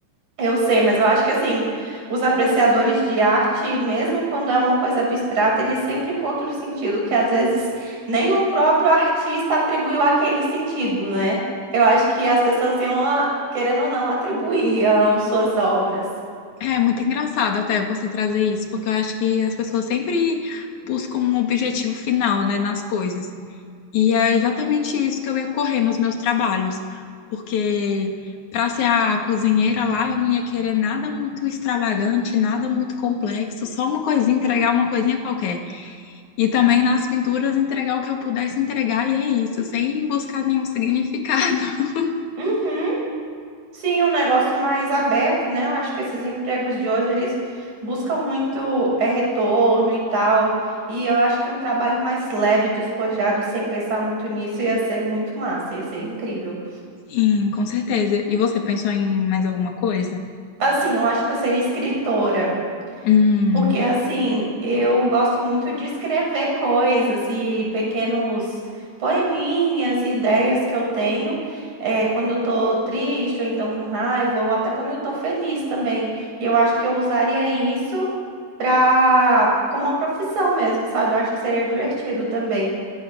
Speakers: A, on the right (about 70°); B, on the left (about 75°).
A: eu sei, mas eu acho que assim, os apreciadores de arte, mesmo quando é uma coisa abstrata, eles sempre encontram o sentido que às vezes nem o próprio artista atribuiu aquele sentido, né? Eu acho que as pessoas iam, ah, querendo ou não, atribuir às suas obras.
B: É muito engraçado até você trazer isso, porque eu acho que as pessoas sempre buscam um objetivo final, né, nas coisas. E é exatamente isso que eu ia correr nos meus trabalhos, porque para ser a cozinheira lá, eu não ia querer nada muito extravagante, nada muito complexo, só uma coisinha, entregar uma coisinha qualquer. E também nas pinturas entregar o que eu pudesse entregar, e é isso, sem buscar nenhum significado. <laughs>
A: Uhum. Sim, um negócio mais aberto, né? Eu acho que esses empregos de hoje, eles buscam muito é, retorno e tal. E eu acho que um trabalho mais leve, despojado, sem pensar muito nisso, ia ser muito massa, ia ser incrível.
B: Sim, com certeza. E você pensou em mais alguma coisa?
A: Assim, eu acho que eu seria escritora.
B: Hum,
A: Porque assim, eu gosto muito de escrever coisas e pequenos poeminhas e ideias que eu tenho eh, quando eu tô triste, ou então com raiva, ou até quando eu tô feliz também. E eu acho que eu usaria isso pra... como uma profissão mesmo, sabe? Eu acho que seria divertido também.